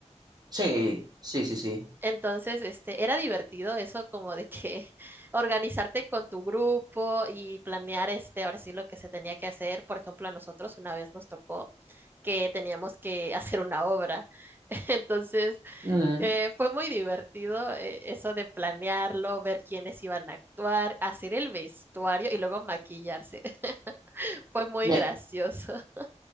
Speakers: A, on the right; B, on the right.
A: Sí, sí, sí, sí.
B: Entonces, este, era divertido eso como de que <laughs> organizarte con tu grupo y planear, este, ahora sí lo que se tenía que hacer. Por ejemplo, a nosotros una vez nos tocó que teníamos que <laughs> hacer una obra. <laughs> Entonces,
A: Mm,
B: eh, fue muy divertido eh, eso de planearlo, ver quiénes iban a actuar, hacer el vestuario y luego maquillarse. <laughs> Fue muy
A: me-
B: gracioso. <laughs>